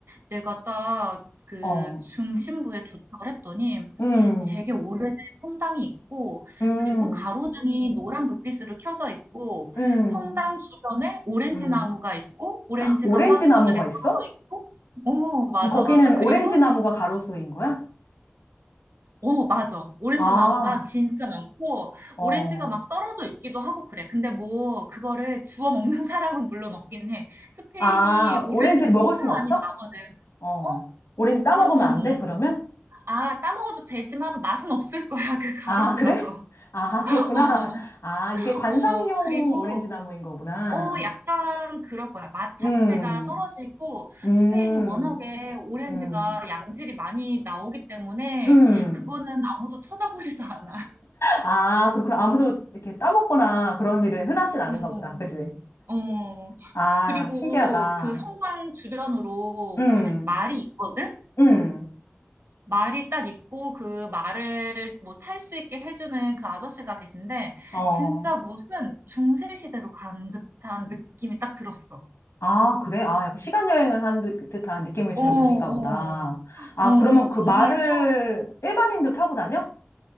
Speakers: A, on the right; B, on the left.
A: 내가 딱 그
B: 어.
A: 중심부에 도착을 했더니
B: 음.
A: 되게 오래된 성당이 있고,
B: 음,
A: 그리고 가로등이 노란 불빛으로 켜져 있고,
B: 음,
A: 성당 주변에 오렌지
B: 음.
A: 나무가 있고, 오렌지가
B: 오렌지
A: 막
B: 나무가
A: 바닥에 떨어져
B: 있어?
A: 있고, 오, 맞아,
B: 그럼 거기는
A: 맞아. 그리고
B: 오렌지 나무가 가로수인 거야?
A: 어, 맞아. 오렌지
B: 아,
A: 나무가 진짜 많고,
B: 어.
A: 오렌지가 막 떨어져 있기도 하고 그래. 근데 뭐, 그거를 주워 먹는 <laughs> 사람은 물론 없긴 해. 스페인이
B: 아,
A: 오렌지
B: 오렌지를
A: 진짜
B: 먹을 순 없어?
A: 많이 나거든.
B: 어.
A: 어?
B: 오렌지 따먹으면
A: 응, 응,
B: 안 돼,
A: 응.
B: 그러면?
A: 아, 따먹어도 되지만 맛은 없을 거야. 그 가로수라서.
B: 아, 그래? 아,
A: <laughs>
B: 그렇구나.
A: 어,
B: 아, 이게 관상용
A: 어, 그리고,
B: 오렌지 나무인 거구나.
A: 어, 약간 그럴 거야. 맛 자체가
B: 음,
A: 떨어지고,
B: 음,
A: 스페인이 워낙에 오렌지가
B: 음,
A: 양질이 많이 나오기 때문에,
B: 음.
A: 그거는 아무도 쳐다보지도 않아.
B: 아, 그렇구나. 아무도 이렇게 따먹거나 그런 일은 흔하진 않은가
A: <laughs>
B: 보다. 그치?
A: 어, 어.
B: 아,
A: 그리고
B: 신기하다.
A: 그 성당 주변으로
B: 음.
A: 말이 있거든?
B: 음,
A: 말이 딱 있고 그 말을 뭐 탈 수 있게 해주는 그 아저씨가 계신데
B: 어.
A: 진짜 무슨 중세 시대로 간 듯한 느낌이 딱 들었어.
B: 아, 그래? 아, 약간 시간 여행을 한 듯- 듯한 느낌을 주는
A: 어, 어,
B: 도시인가 보다. 아,
A: 어,
B: 그러면 그
A: 정말로
B: 말을 일반인도 타고 다녀?